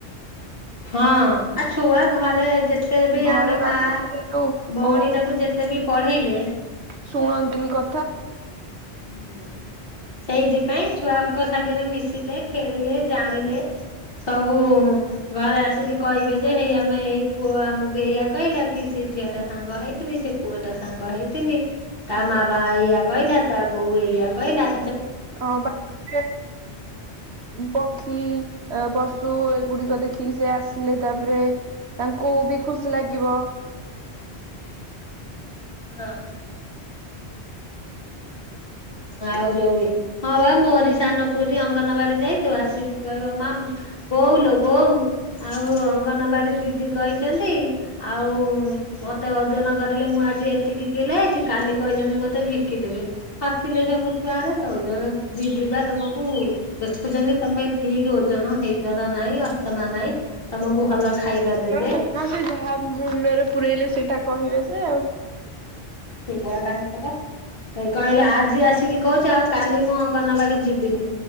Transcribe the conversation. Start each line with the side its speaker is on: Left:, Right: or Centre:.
Left: ହଁ ଆଉ ଛୁଆ ଘରେ ଯେତେ ବି
Right: ଘରେ
Left: ଆମେ
Right: ରହି
Left: ମା
Right: ସେଠୁ
Left: ଭଉଣୀ ତାକୁ ଯେତେ ବି ପଢେଇଲେ।
Right: ଶୁଣନ୍ତିନି କ
Left: ହୁଁ ସେଇଥିପାଇଁ ଛୁଆଙ୍କ ସାଙ୍ଗରେ ମିଶିଲେ ଖେଳିଲେ ଜାଣିଲେ ସବୁ ଘରେ ଆସିକି। କହିବେ ଯେ ହେଇ ଆମେ ଏଇ ପୁଅ ଆମକୁ ଏଇଆ କହିଲା କି ସେ ଝିଅଟା ସାଙ୍ଗ ହେଇଥିଲି ସେ ପୁଅ ଟା ସା ଙ୍ଗ ହେଇଥିଲି ତା ମା ବା ଏଇଆ କଇଲା ତା ବୋଉ ଏଇଆ କଇଲା।
Right: ଅ ବା <unintelligible> ପକ୍ଷୀ। ଅ ପଶୁ ଏଗୁଡିକ ଦେଖିକି ସେ ଆସିଲେ ତାପରେ ତାଙ୍କୁ ବି ଖୁସି ଲାଗିବ।
Left: ହଁ। ଆଉ ଯଉ ରି ହଁ ବା ମୋରି ସାନ ପୁଅ ଟି ଅଙ୍ଗନବାଡି ଯାଇ ତୁ ଆସିକି କହିବ ମା ବୋଉ ଲୋ ବୋଉ ଆଉ ଅଙ୍ଗନବାଡ଼ି ଦିଦି କଇଚନ୍ତି ଆଉ ମତେ ଓଜନ କରିଲେ ମୁଁ ଆଜି ଏତିକି କିଲେ ହେଇଚି। କାଲି କହିଛନ୍ତି ମତେ ବିକିଦେବେ। ହସିଲେ ସବୁ ଛୁଆରେ ଓଜନ ଦିଦି ବା ତମକୁ ଦେଖୁଛନ୍ତି, ତମେ ଠିକ ଓଜନ ହେଇଛନା ନାଇଁ ଅଛନା ନାଇଁ ତମକୁ ଭଲ ଖାଇବା
Right: <unintelligible>
Left: ଦେବେ
Right: ସିଏ ଯାହା ମୁଣ୍ଡରେ ପୁରଇଲେ ସେଇଟା କହିବେ ସେ ଆଉ।
Left: ସୁବୁଆ ତାଙ୍କର। କହିଲେ ଆଜି ଆସିକି କହୁଛି ଆଉ କାଲି ମୁଁ ଅଙ୍ଗନବାଡି ଯିବିନି।